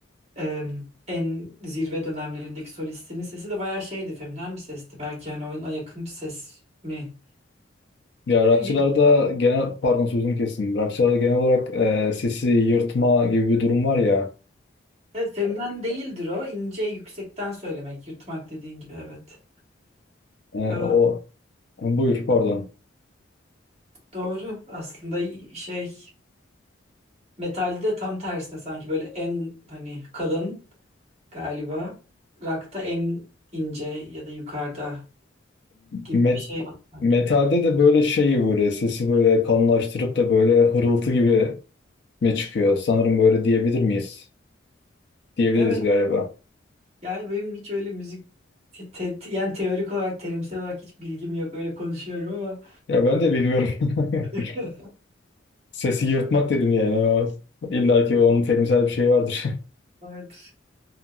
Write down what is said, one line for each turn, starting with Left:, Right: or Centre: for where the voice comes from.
Right: e, en zirve dönemlerindeki solistinin sesi de bayağı şeydi, feminen bir sesti. Belki hani oyuna yakın bir ses mi
Left: Ya rockçılarda
Right: Evet,
Left: genel, pardon sözünü kestim. Rockçılarda genel olarak e, sesi yırtma gibi bir durum var ya.
Right: feminen değildir o. İnce yüksekten söylemek, yırtmak dediğin gibi evet.
Left: E,
Right: Ee,
Left: o Buyur pardon.
Right: doğru. Aslında şey metalde de tam tersine sanki böyle en hani kalın galiba. Rakta en ince ya da yukarıda bir
Left: Met,
Right: şey var sanki.
Left: metalde de böyle şeyi böyle sesi böyle kalınlaştırıp da böyle hırıltı gibi mi çıkıyor? Sanırım böyle diyebilir miyiz? Diyebiliriz
Right: Evet.
Left: galiba.
Right: Yani benim hiç öyle müzik te- te- te- yani teorik olarak terimsel olarak hiç bilgim yok. Öyle konuşuyorum ama
Left: Ya ben de bilmiyorum.
Right: <laughs>
Left: <laughs> Sesi yırtmak dedim yani. O, illa ki onun terimsel bir şeyi vardır. <laughs>
Right: vardır.